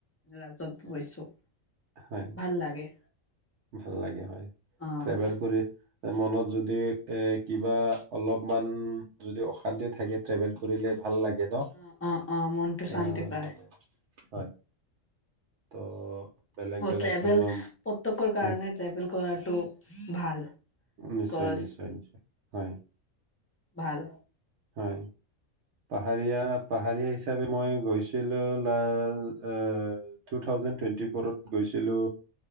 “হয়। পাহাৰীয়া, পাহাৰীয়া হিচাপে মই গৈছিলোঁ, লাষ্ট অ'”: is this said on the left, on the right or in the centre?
Right